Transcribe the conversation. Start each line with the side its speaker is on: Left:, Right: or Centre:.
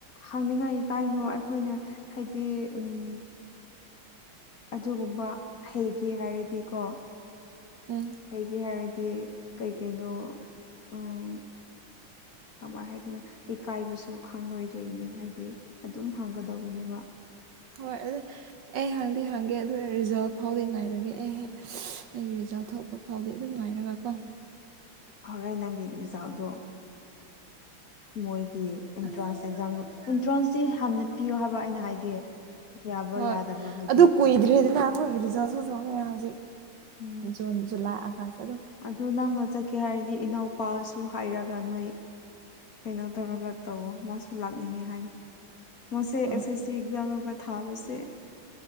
Left: ꯍꯪꯅꯤꯡꯉꯥꯏ ꯀꯥꯏꯅꯣ ꯑꯩꯈꯣꯏꯅ ꯍꯥꯏꯗꯤ ꯎꯝ ꯑꯗꯨꯒꯨꯝꯕ ꯍꯩꯒꯦ ꯍꯥꯏꯔꯗꯤꯀꯣ
Right: ꯎꯝ
Left: ꯑꯩꯒꯤꯦ ꯍꯥꯏꯔꯗꯤ ꯀꯩꯀꯩꯅꯣ ꯎꯝ ꯀꯃꯥꯏꯅ ꯍꯥꯏꯗꯣꯏꯅꯣ ꯂꯩꯀꯥꯏꯕꯁꯨ ꯈꯪꯂꯣꯏꯗꯣꯏꯅꯦ ꯍꯥꯏꯗꯤ ꯑꯗꯨꯝ ꯍꯪꯒꯗꯕꯅꯦꯕ
Right: ꯍꯣꯏ ꯑꯗꯨ ꯑꯩ ꯍꯪꯗꯤ ꯍꯪꯒꯦ ꯑꯗꯨ ꯔꯤꯖꯜ ꯐꯥꯎꯗꯤ ꯉꯥꯏꯔꯒꯦ ꯑꯩꯍꯦꯛ ꯑꯩꯒꯤ ꯔꯤꯖꯜꯠ ꯊꯣꯛꯄ ꯐꯥꯎꯗꯤ ꯑꯗꯨꯝ ꯉꯥꯏꯔꯒ ꯀꯣ
Left: ꯍꯧꯔꯦ ꯅꯪꯒꯤ ꯔꯤꯖꯥꯜꯗꯣ ꯃꯣꯏꯒꯤ ꯑꯦꯟꯇ꯭ꯔꯥꯟꯁ
Right: ꯑꯁ
Left: ꯑꯦꯛꯖꯥꯝ ꯑꯦꯟꯇ꯭ꯔꯥꯟꯁꯁꯤ ꯍꯥꯟꯅ ꯄꯤꯌꯨ ꯍꯥꯏꯕ ꯑꯩꯅ ꯍꯥꯏꯗꯤ ꯌꯥꯕꯣ
Right: ꯍꯣꯏ
Left: ꯌꯥꯗꯕꯕꯨꯗꯤ
Right: ꯑꯗꯨ ꯀꯨꯏꯗ꯭ꯔꯦꯗꯅ
Left: ꯀꯩꯩꯅꯣ
Right: ꯑꯩꯈꯣꯏꯒꯤ ꯔꯤꯖꯜꯁꯨ ꯊꯣꯛꯅꯌꯦ ꯍꯧꯖꯤꯛ
Left: ꯎꯝ
Right: ꯖꯨꯟ ꯖꯨꯂꯥꯏ ꯑꯥꯒꯁ
Left: ꯑꯗꯨ ꯅꯪꯅ ꯆꯠꯀꯦ ꯍꯥꯏꯔꯗꯤ ꯏꯅꯥꯎꯄꯥꯁꯨ ꯍꯥꯏꯔꯒ ꯅꯣꯏ ꯀꯩꯅꯣ ꯇꯧꯔꯒ ꯇꯧꯋꯣ ꯃꯥꯁꯨ ꯂꯥꯛꯅꯤꯡꯉꯦ ꯍꯥꯏ ꯃꯁꯦ
Right: ꯍꯣꯏ
Left: ꯑꯦꯁ ꯑꯦꯁ ꯁꯤ ꯑꯦꯛꯖꯝ ꯊꯥꯕꯁꯦ